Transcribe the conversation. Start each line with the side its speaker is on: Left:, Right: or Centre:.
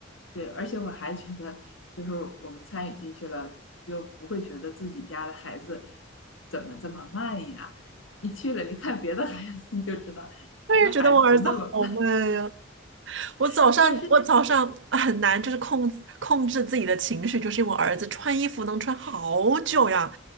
Left: 对，而且我还觉得，就是我们参与进去了，就不会觉得自己家的孩子怎么这么慢呀。你去了，你看别的孩子，你就知道你家孩子不那么慢。
Right: 我也觉得我儿子好慢呀、我早上我早上哎很难，
Left: <laughs> 但是
Right: 就是控制控制自己的情绪，就是因为我儿子穿衣服能穿好久呀，